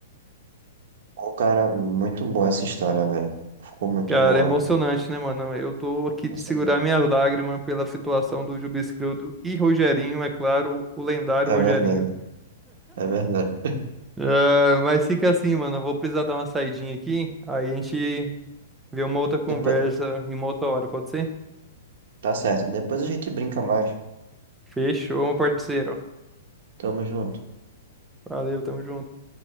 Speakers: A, on the right; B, in the centre.
A: O cara, muito boa essa história, velho. Ficou muito
B: Cara,
A: boa.
B: é emocionante, né, mano? Eu tô aqui
A: Emocionante.
B: de segurar minhas lágrimas pela situação do Jubilscrildo e Rogerinho, é claro, o lendário
A: É
B: Rogerinho.
A: verdade, é verdade.
B: Ah, mas fica assim, mano. Eu vou precisar dar uma saidinha aqui. Aí a gente vê uma outra conversa
A: Depois,
B: em uma outra hora, pode ser?
A: tá certo. Depois a gente brinca mais.
B: Fechou, meu parceiro.
A: Tamo junto.
B: Valeu, tamo junto.